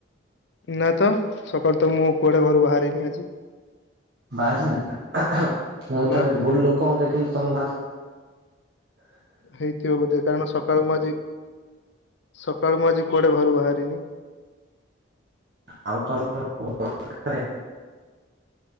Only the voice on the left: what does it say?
ନା ତ ସକାଳୁ ତ ମୁଁ କୁଆଡେ ଘରୁ ବାହାରିନି ଆଜି।
ନା
ହେଇଥିବ ବୋଧେ କାରଣ ସକାଳୁ ମୁଁ ଆଜି। ସକାଳୁ ମୁଁ ଆଜି କୁଆଡେ ଘରୁ ବାହାରିନି।